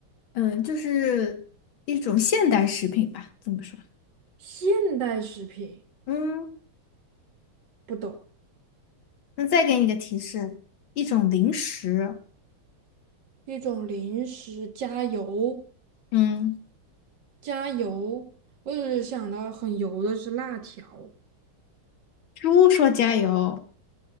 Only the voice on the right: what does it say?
现代食品，
不懂，
一种零食，加油，
加油。我只是想到很油的是辣条。